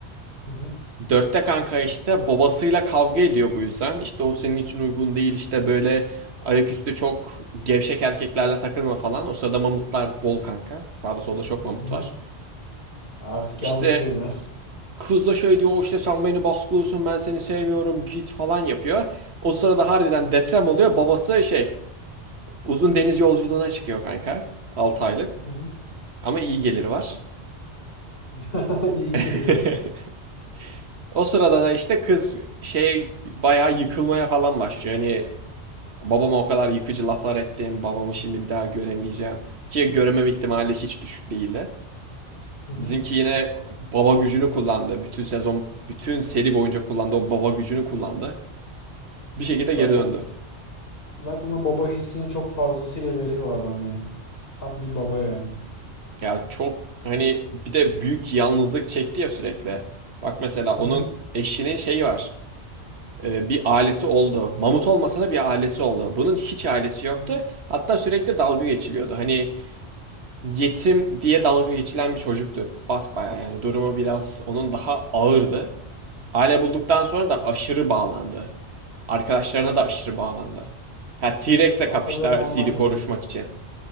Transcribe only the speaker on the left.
Hı hı.
Hı hı.
Artık
yalnız değiller.
Hı hı.
<laughs> İyi
gelir. o.
Hı hı.
Zaten
zaten o baba hissini çok fazlasıyla veriyor adam ya. Tam bir baba yani.
Hı hı.
Hı
hı.
Ya, o
kadar normal
ya.